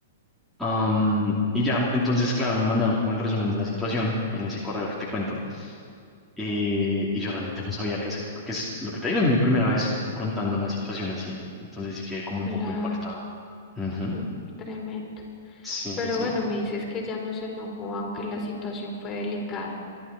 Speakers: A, in the centre; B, on the left (about 25°).
A: Am, y ya, entonces, claro, me mandaron como el resumen de la situación en ese correo que te cuento. eh, y yo realmente <laughs> no sabía qué hacer, porque es lo que te digo, es mi primera vez confrontando una situación así. Entonces sí quedé como un
B: Claro.
A: poco impactado. Ujú.
B: Mm, Tremendo.
A: Sí,
B: Pero
A: sí, sí.
B: bueno, me dices que ya no se enojó, aunque la situación fue delicada.